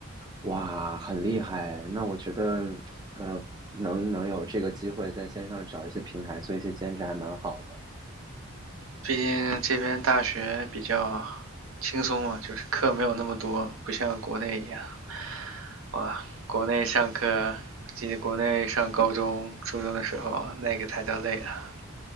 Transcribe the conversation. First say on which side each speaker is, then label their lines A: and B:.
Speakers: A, on the right (about 20°); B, on the right (about 70°).
A: 哇，很厉害。那我觉得，呃，能能有这个机会在线上找一些平台做一些兼职，还蛮好的。
B: 毕竟这边大学比较轻松嘛，就是课没有那么多，不像国内一样。哇，国内上课，记得国内上高中、初中的时候，那个才叫累啊。